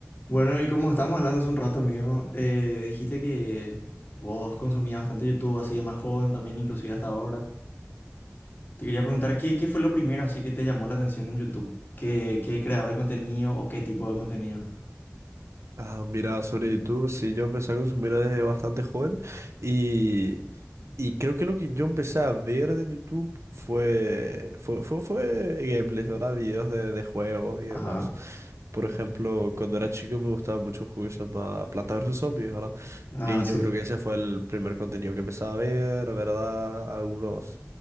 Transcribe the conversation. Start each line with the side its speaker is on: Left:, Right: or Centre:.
Left: Bueno, y como estábamos hablando hace un rato, amigo, eh, dijiste que vos consumías bastante YouTube así de más joven también, inclusive hasta ahora. Te quería preguntar, ¿qué, qué fue lo primero así que te llamó la atención en YouTube? ¿Qué, qué creador de contenido o qué tipo de contenido?
Right: Ah, mira, sobre YouTube, sí, yo empecé a consumir desde bastante joven y, y creo que lo que yo empecé a ver de YouTube fue, fue, fue, fue gameplays, ¿verdad? Videos de, de juegos y demás.
Left: Ajá.
Right: Por ejemplo, cuando era chico me gustaba mucho un juego que se llama Planta versus Zombies, ¿verdad?
Left: Ah,
Right: Y
Left: sí.
Right: yo creo que ese fue el primer contenido que empecé a ver, ¿verdad? Algunos